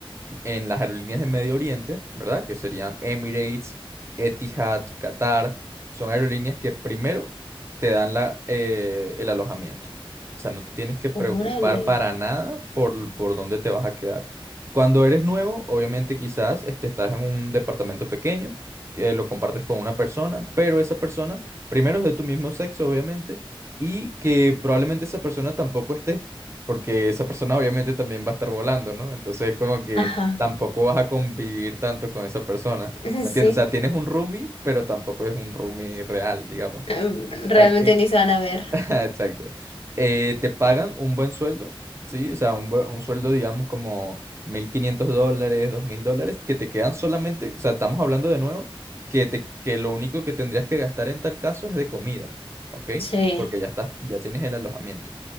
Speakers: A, on the right; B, on the left.
A: en las aerolíneas de Medio Oriente, ¿verdad? Que serían Emirates, Etihad, Qatar. Son aerolíneas que primero te dan la, eh, el alojamiento. O sea, no te tienes que preocupar
B: Órale.
A: para nada por, por dónde te vas a quedar. Cuando eres nuevo, obviamente quizás este, estás en un departamento pequeño que lo compartes con una persona, pero esa persona primero es de tu mismo sexo, obviamente, y que probablemente esa persona tampoco esté, porque esa persona obviamente también va a estar volando, ¿no? Entonces, como que
B: Ajá.
A: tampoco vas a convivir tanto con esa persona.
B: <laughs>
A: ¿Me
B: Sí.
A: entiendes? O sea, tienes un roomie, pero tampoco es un roomie real, digamos.
B: Em, Realmente
A: Aquí-
B: ni se van a ver.
A: <laughs> Exacto. Eh, te pagan un buen sueldo, ¿sí? O sea, un, buen- un sueldo, digamos, como 1.500 dólares, 2.000 dólares, que te quedan solamente, o sea, estamos hablando de nuevo, que, te, que lo único que tendrías que gastar en tal caso es de comida, ¿ok?
B: Sí.
A: Porque ya estás, ya tienes el alojamiento.